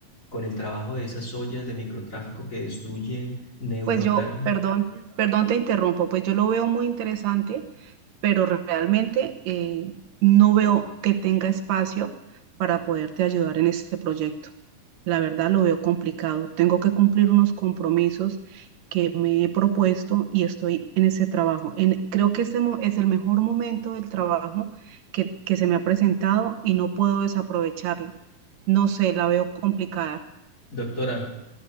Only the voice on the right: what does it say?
Pues yo, perdón, perdón, te interrumpo, pues yo lo veo muy interesante pero realmente eh, no veo que tenga espacio para poderte ayudar en este proyecto. La verdad lo veo complicado. Tengo que cumplir unos compromisos que me he propuesto y estoy en ese trabajo. En, creo que este mo- es el mejor momento del trabajo que, que se me ha presentado y no puedo desaprovecharlo. No sé, la veo complicada.